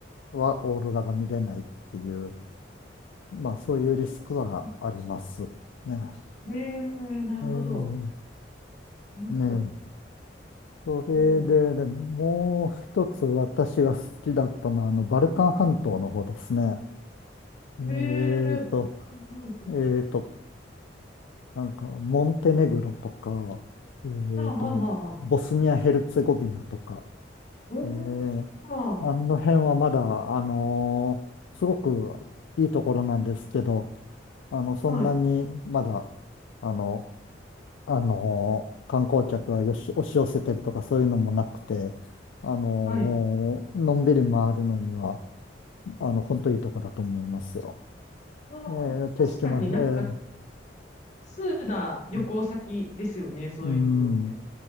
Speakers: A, on the left (about 80°); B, on the left (about 40°).
A: はオーロラが見れないっていう、まあ、そういうリスクはあります。
B: おー、そうなんだ。
A: ね。
B: へえ、なるほど。
A: えー
B: 楽しそう。
A: ねえ。それで、
B: お
A: で、もう一つ私が好きだったのは、あの、バルカン半島の方ですね。えーと、
B: ー。へえ、バルカン半島。
A: えーと、なんか、モンテネグロとか、えーと、
B: あはあはあ
A: ボスニア・ヘルツェゴビナとか、
B: おー、
A: えー、
B: まあ
A: あの辺はまだ、あのーすごくいいところなんですけど、あの、そんなにまだ、
B: ーはい、
A: あの、あのー観光客がよし、押し寄せてるとかそういうのもなくて、あのーのんびり回るのには、
B: はい。
A: あの、本当いいとこだと思いますよ。
B: まあー、
A: えー、景色も、
B: 確かになんか、
A: え
B: 通な旅行先ですよね、
A: ー、
B: そういうところって。
A: うん。